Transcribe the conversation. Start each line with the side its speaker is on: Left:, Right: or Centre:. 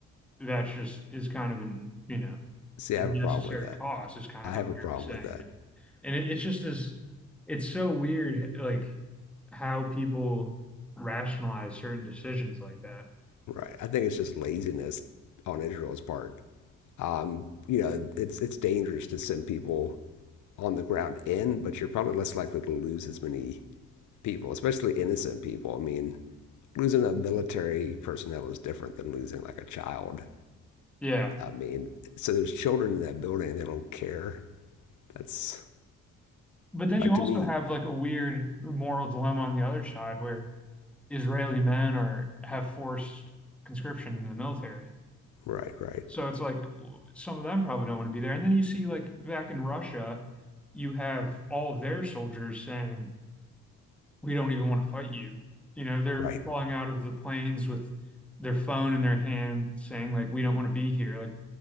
Centre: that's just is kind of an, you know,
Left: See,
Centre: a
Left: I
Centre: necessary
Left: have a problem with that.
Centre: cost, is kind
Left: I
Centre: of how
Left: have
Centre: they're
Left: a problem
Centre: saying
Left: with that.
Centre: it. And it, it's just this, it's so weird, like how people rationalize certain decisions like that.
Left: Right. I think it's just laziness on Israel's part. Um, you know, it's it's dangerous to send people on the ground in, but you're probably less likely to lose as many people, especially innocent people. I mean, losing a military personnel is different than losing like a child.
Centre: Yeah.
Left: I mean, so there's children in that building and they don't care. That's
Centre: But then
Left: like
Centre: you also
Left: to me,
Centre: have like a weird moral dilemma on the other side where Israeli men are have forced conscription in the military.
Left: right, right,
Centre: So it's like some of them probably don't want to be there. And then you see like back in Russia, you have all of their soldiers saying, "We don't even want to fight you." You know, they're
Left: right.
Centre: falling out of the planes with their phone in their hand saying like, "We don't want to be here. Like,